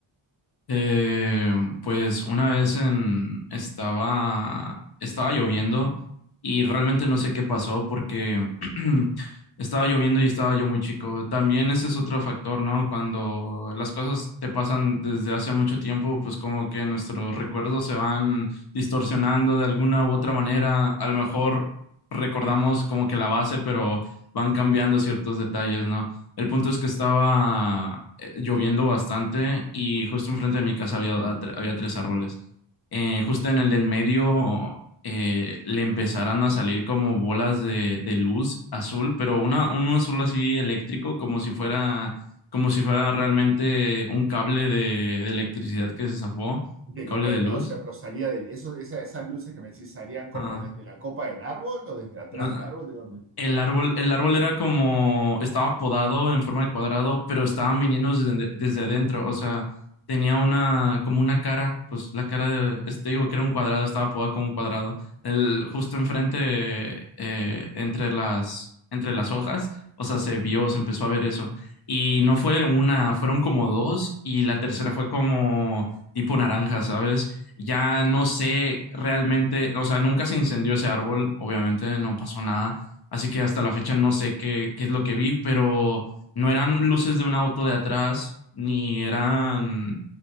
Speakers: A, on the left; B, on the right.
A: Eh, pues una vez en, estaba, estaba lloviendo y realmente no sé qué pasó porque <clears throat> estaba lloviendo y estaba yo muy chico. También ese es otro factor, ¿no? Cuando las cosas te pasan desde hace mucho tiempo, pues como que nuestros recuerdos se van distorsionando de alguna u otra manera. A lo mejor recordamos como que la base, pero van cambiando ciertos detalles, ¿no? El punto es que estaba lloviendo bastante y justo enfrente de mi casa había, tre- había tres árboles. Eh, justo en el del medio eh, le empezaron a salir como bolas de, de luz azul, pero una, un azul así eléctrico, como si fuera, como si fuera realmente un cable de, de electricidad que se zafó,
B: De,
A: un cable
B: como
A: de
B: de,
A: luz.
B: la- o sea, pero salía del, eso, esa- esas luces que me decís, ¿salían como
A: Ajá.
B: desde la copa del árbol o desde atrás
A: No,
B: del árbol? ¿De dónde?
A: El árbol, el árbol era como, estaba podado en forma de cuadrado, pero estaban viniendo desde, desde adentro, o sea, tenía una, como una cara, pues la cara de, este digo que era un cuadrado, estaba podado como un cuadrado. El, justo enfrente, eh, entre las, entre las hojas, o sea, se vio, se empezó a ver eso. Y no fue una, fueron como dos, y la tercera fue como tipo naranja, ¿sabes? Ya no sé realmente, o sea, nunca se incendió ese árbol, obviamente, no pasó nada Así que hasta la fecha no sé qué, qué es lo que vi, pero no eran luces de un auto de atrás, ni eran,